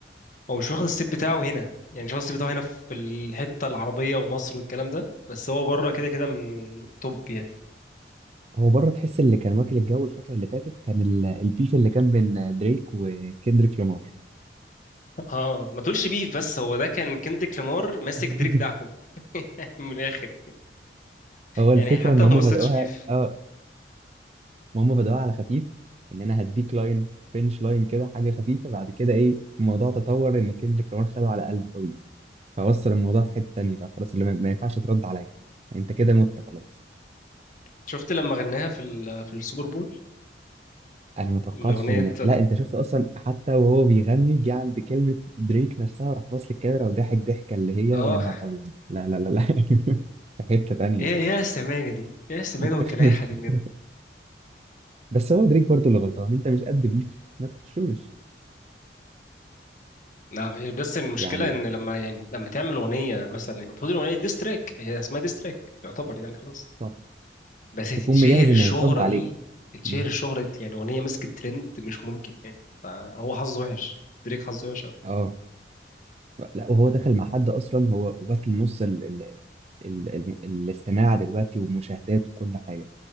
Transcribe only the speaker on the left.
هو مش واخد السيت بتاعه هنا يعني مش واخد السيت بتاعه هنا في الحته العربيه ومصر والكلام ده بس هو بره كده كده من توب يعني
اه ما تقولش بيف بس هو ده كان كندريك لامار ماسك
دريك دعكو <laughs> من الاخر
يعني حتى
ما وصلتش
بيف
شفت لما غناها في ال- في السوبر بول
الأغنية
اه
ايه يا السماجه دي ايه السماجه
والكلاحه دي بجد
لا بس المشكله
ان لما يعني لما تعمل اغنيه مثلا المفروض الاغنيه ديستراك هي اسمها ديستراك يعتبر يعني خلاص
بس تتشهر
الشهره
دي تتشهر
الشهره دي يعني اغنيه مسكت ترند مش ممكن يعني فهو حظه وحش دريك حظه وحش قوي